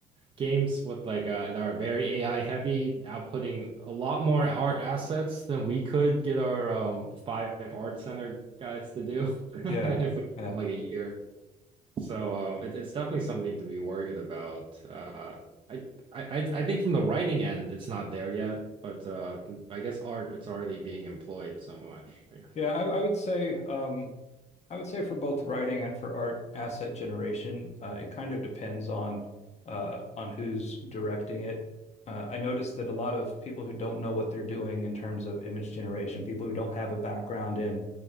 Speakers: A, on the right (about 30°); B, on the left (about 40°).
A: games with like uh, that are very AI heavy, outputting a lot more art assets than we could get our um, five art center guys to do <laughs> if
B: Yeah.
A: we give
B: Yeah.
A: them like a year. So um, it, it's definitely something to be worried about. Uh, I, I I think from the writing end, it's not there yet, but uh, I guess art it's already being employed so much. I guess.
B: Yeah, I, I would say um I would say for both writing and for art asset generation, uh, it kind of depends on uh, on who's directing it. Uh, I noticed that a lot of people who don't know what they're doing in terms of image generation, people who don't have a background in